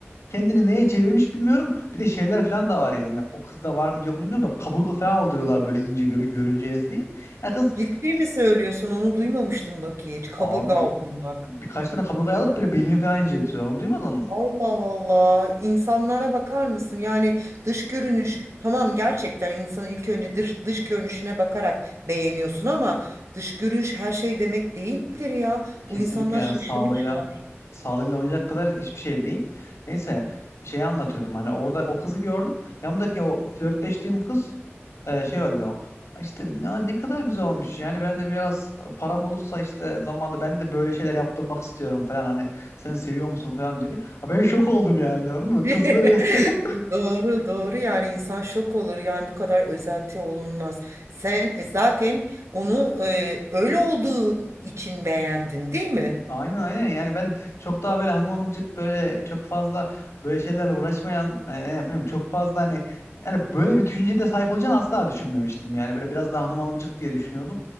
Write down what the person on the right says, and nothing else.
Ciddi
mi söylüyorsun? Onu duymamıştım bak hiç. Kaburga
aldırmak.
Allah Allah. İnsanlara bakar mısın? Yani dış görünüş tamam gerçekten insanın ilk önce dış, dış görünüşüne bakarak beğeniyorsun ama dış görünüş her şey demek değildir ya.
Bu insanlar
şaşırmışlar.
<laughs>
Doğru doğru yani insan şok olur yani bu kadar özenti olunmaz. Sen e, zaten onu e, öyle olduğu için beğendin değil mi?